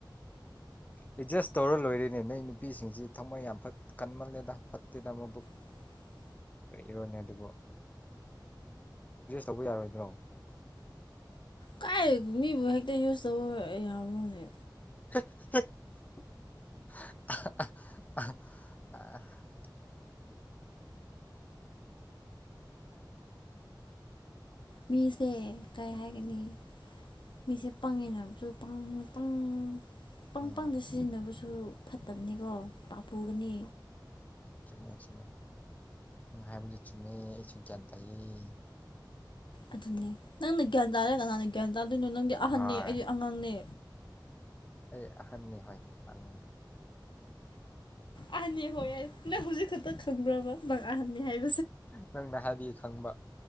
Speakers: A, on the left; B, on the left.
A: ꯑꯦꯗꯖꯁ ꯇꯧꯔ ꯂꯣꯏꯔꯦꯅꯦ ꯅꯣꯏ ꯅꯨꯄꯤꯁꯤꯡꯁꯤ ꯊꯃꯣꯏ ꯌꯥꯝ ꯐꯠ ꯀꯟꯃꯜꯂꯦꯗ ꯐꯠꯇꯦꯗ ꯃꯕꯨꯛ
B: <inaudible>
A: ꯀꯩ ꯏꯔꯣꯅꯦ ꯑꯗꯨꯕꯣ ꯖꯁ ꯇꯧꯕ ꯌꯥꯔꯣꯏꯗ꯭ꯔꯣ
B: ꯀꯥꯏ ꯃꯤꯕꯨ ꯍꯦꯛꯇ ꯌꯨꯁ ꯇꯧꯕ ꯌꯥꯕ꯭ꯔꯣꯅꯦ
A: <unintelligible>
B: ꯃꯤꯁꯦ ꯀꯩ ꯍꯥꯏꯒꯅꯤ ꯃꯤꯁꯦ ꯄꯪꯉꯦꯅ ꯑꯃꯁꯨ ꯄꯪ ꯄꯪ ꯄꯪ
A: ꯎꯝ
B: ꯄꯪꯗ ꯁꯤꯖꯤꯟꯅꯕꯁꯨ ꯐꯠꯇꯕꯅꯤꯀꯣ ꯄꯥꯞ ꯄꯨꯨꯒꯅꯤ
A: ꯆꯨꯝꯃꯦ ꯆꯨꯝꯃꯦ ꯅꯪ ꯍꯥꯏꯕꯗꯨ ꯆꯨꯝꯃꯦ ꯑꯩꯁꯨ ꯒ꯭ꯌꯥꯟ ꯇꯥꯥꯏꯌꯦ
B: ꯑꯗꯨ ꯅꯦ ꯅꯪꯅ ꯒ꯭ꯌꯥꯟ ꯇꯔ ꯀꯅꯥ ꯒ꯭ꯌꯥꯟ <unintelligible> ꯅꯪꯗꯤ ꯑꯍꯟꯅꯤ
A: ꯍꯣꯏ
B: ꯑꯩꯗꯤ ꯑꯉꯥꯡꯅꯦ
A: ꯑꯩ ꯑꯍꯟꯅꯤ ꯍꯣꯏꯅꯦ ꯃꯥꯅꯤꯅꯦ
B: ꯑꯍꯟꯅꯤ ꯍꯣꯏ ꯌꯦ ꯅꯪ ꯍꯧꯖꯤꯛ ꯈꯛꯇ ꯈꯪꯕ꯭ꯔꯕ ꯅꯪ ꯑꯍꯟꯅꯤ ꯍꯥꯏꯕ
A: ꯅꯪꯅ ꯍꯥꯏꯕꯤꯌ ꯈꯪꯕ